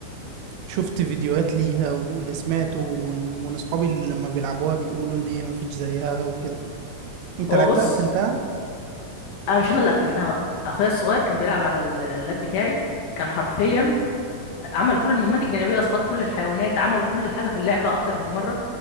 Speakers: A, on the right (about 85°); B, on the left (about 80°).
A: شفت فيديوهات ليها واللي سمعته ون- وان اصحابي اللي لما بيلعبوها بيقولوا ان هي مفيش زيها وكده انت
B: هو
A: لعبتها
B: بص
A: قفلتها
B: انا مش انا اللي قفلتها بقى اخويا الصغير كان بيلعب على ال- اللاب بتاعي كان حرفيا عمل كل المهمات الجانبيه اصطاد كل الحيوانات عمل كل حاجه في اللعبه اكتر من مره